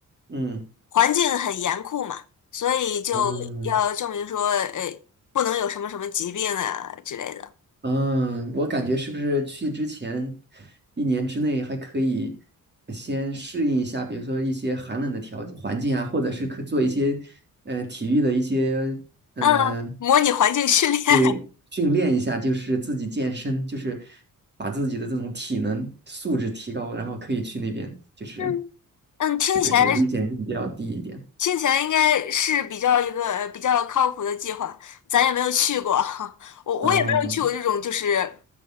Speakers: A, on the right; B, on the left.
A: 嗯
B: 环境很严酷嘛，所以就要证明说，
A: 嗯
B: 呃，不能有什么什么疾病啊之类的。
A: 嗯，我感觉是不是去之前一年之内还可以先适应一下，比如说一些寒冷的条环境啊，或者是可做一些呃体育的一些。嗯、
B: 嗯，模拟环境训练。<laughs>
A: 对，训练一下，就是自己健身，就是把自己的这种体能素质提高，然后可以去那边，就是
B: 嗯嗯，听起来
A: 就是危险性比较低一点。
B: 听起来应该是比较一个呃比较靠谱的计划，咱也没有去过，<laughs> 我我也没有去过这种就是
A: 啊，